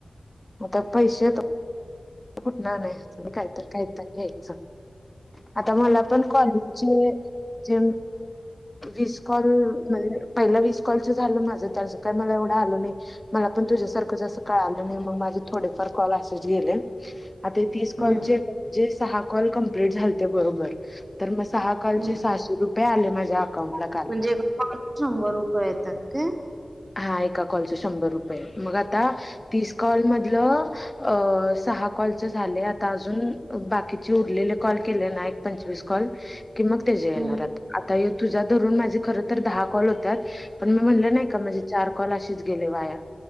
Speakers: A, on the left; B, on the right.
A: म पैसे येत कुठ नाही तुम्ही काहीतरी काही घ्यायचं आता मला पण कॉलेजचे जे वीस कॉल म्हणजे पहिला वीस कॉलच झालं माझं त्याचं काय मला एवढ मला पण तुझ्यासारखंं कळा नाही मग माझे थोडेफार कॉल असेच गेले तीस
B: हम्म
A: कॉल सहा कॉल कंप्लीट झा बबर म सहा
B: हम्म
A: कालचे सहाशे रुपये आले माझ्या अकाउंटला
B: म्हणजे
A: काल
B: एका कॉलला शंभर रुपये येतात काय
A: हा एका कॉलच शंभर रुपये मग आता तीस कॉल मधलं अ सहा कॉलच झाले आता अजून बाकीचे उरलेले कॉल ना एक पंचवीस कॉल की मग तेे
B: हम्म
A: येणारता आता तुझ्या धरून माझे खर तर दहा कॉल होतात पण मी म्हणलं नाही का माझे चार कलाशीच गेले वाया